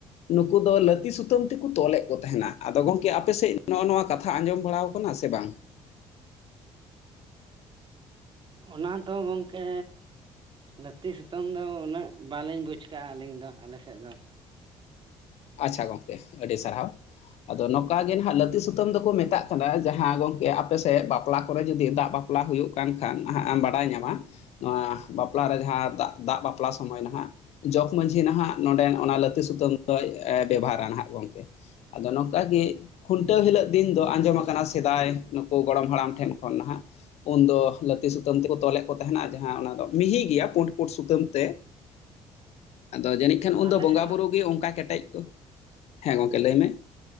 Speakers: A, on the left; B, on the right.
A: ᱱᱩᱠᱩ ᱫᱚ ᱞᱟᱹᱛᱤ ᱥᱩᱛᱟᱹᱢ ᱛᱮᱠᱚ ᱛᱚᱞᱮᱜ ᱠᱚ ᱛᱟᱦᱮᱸᱱᱟ ᱟᱫᱚ ᱜᱚᱝᱠᱮ ᱟᱯᱮᱥᱮᱜ ᱱᱚᱜᱼᱚ ᱱᱚᱣᱟ ᱠᱟᱛᱷᱟ ᱟᱸᱡᱚᱢ ᱵᱟᱲᱟᱣ ᱠᱟᱱᱟ ᱥᱮ ᱵᱟᱝ?
B: ᱚᱱᱟ ᱫᱚ ᱜᱚᱝᱠᱮ ᱞᱟᱹᱛᱤ ᱥᱩᱛᱟᱹᱢ ᱫᱚ ᱩᱱᱟᱹᱜ ᱵᱟᱹᱞᱤᱧ ᱵᱩᱡᱽ ᱠᱟᱜᱼᱟ ᱟᱹᱞᱤᱧ ᱫᱚ ᱟᱞᱮᱥᱮᱫ ᱫᱚ᱾
A: ᱟᱪᱪᱷᱟ ᱜᱚᱝᱠᱮ ᱟᱹᱰᱤ ᱥᱟᱨᱦᱟᱣ᱾ ᱟᱫᱚ ᱱᱚᱠᱟ ᱜᱮ ᱱᱟᱜ ᱞᱟᱹᱛᱤ ᱥᱩᱛᱟᱹᱢ ᱫᱚᱠᱚ ᱢᱮᱛᱟᱜ ᱠᱟᱱᱟ ᱡᱟᱦᱟᱸ ᱜᱚᱝᱠᱮ ᱟᱯᱮᱥᱮᱫ ᱵᱟᱯᱞᱟ ᱠᱚᱨᱮ ᱡᱩᱫᱤ ᱫᱟᱜ ᱵᱟᱯ ᱵᱟᱯᱞᱟ ᱦᱩᱭᱩᱜ ᱠᱟᱱ ᱠᱷᱟᱱ ᱦᱟᱸᱜ ᱮᱢ ᱵᱟᱰᱟᱭ ᱧᱟᱢᱟ᱾ ᱱᱚᱣᱟ ᱵᱟᱯᱞᱟ ᱨᱮ ᱡᱟᱦᱟᱸ ᱫᱟᱜ ᱫᱟᱜ ᱵᱟᱯᱞᱟ ᱥᱚᱢᱚᱭ ᱱᱟ ᱦᱟᱸᱜ ᱡᱚᱜᱽ ᱢᱟᱺᱡᱷᱤ ᱱᱟᱦᱜ ᱱᱚᱸᱰᱮᱱ ᱚᱱᱟ ᱞᱟᱹᱛᱤ ᱥᱩᱛᱟᱹᱢ ᱫᱚᱭ ᱵᱮᱵᱷᱟᱨᱟᱱᱟᱜ ᱜᱚᱝᱠᱮ᱾ ᱟᱫᱚ ᱱᱚᱝᱠᱟ ᱜᱮ ᱠᱷᱩᱱᱴᱟᱹᱣ ᱦᱤᱞᱳᱜ ᱫᱤᱱ ᱫᱚ ᱟᱸᱡᱚᱢ ᱟᱠᱟᱱᱟ ᱥᱮᱫᱟᱭ ᱱᱩᱠᱩ ᱜᱚᱲᱚᱢ ᱦᱟᱲᱟᱢ ᱴᱷᱮᱱ ᱠᱷᱚᱱ ᱱᱟᱦᱟᱜ᱾ ᱩᱱ ᱫᱚ ᱞᱟᱹᱛᱤ ᱥᱩᱛᱟᱹᱢ ᱛᱮᱠᱚ ᱛᱚᱞᱮᱫ ᱠᱚ ᱛᱟᱦᱮᱱᱟ ᱟᱨ ᱡᱟᱦᱟᱸ ᱚᱱᱟ ᱫᱚ ᱢᱤᱦᱤ ᱜᱮᱭᱟ ᱯᱩᱸᱰ ᱯᱩᱸᱰ ᱥᱩᱛᱟᱹᱢ ᱛᱮ ᱟᱫᱚ ᱡᱟᱹᱱᱤᱡ ᱩᱱᱫᱚ
B: ᱟᱞᱮ
A: ᱵᱚᱸᱜᱟ
B: ᱥᱮᱫ ᱫᱚ
A: ᱵᱩᱨᱩ ᱜᱮ ᱚᱝᱠᱟ ᱠᱮᱴᱮᱡ ᱠᱚ, ᱦᱮᱸ ᱜᱚᱝᱠᱮ ᱞᱟᱹᱭ ᱢᱮ